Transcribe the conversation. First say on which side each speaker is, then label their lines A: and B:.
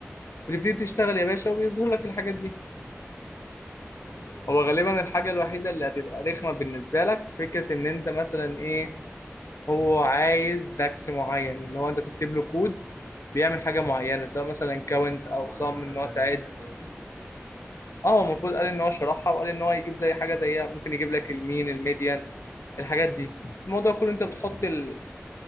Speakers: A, on the left; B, on the left.
A: وتبتدي تشتغل يا باشا وبيظهر لك الحاجات دي
B: طب حلو
A: هو غالبا الحاجه الوحيده اللي هتبقى رخمه بالنسبه لك فكره ان انت مثلا ايه هو عايز داكس معين اللي هو انت تكتب له كود بيعمل حاجه معينه سواء مثلا كاونت او
B: هو
A: صم
B: احنا خدنا
A: ان هو
B: الأكواد
A: تعد
B: دي
A: اه هو المفروض قال ان هو شرحها وقال ان هو يجيب زي حاجه زيها ممكن يجيب لك المين الميديان الحاجات دي الموضوع
B: ما عنديش
A: كله انت
B: فكرة
A: بتحط
B: دي بتتعمل
A: ال...
B: ازاي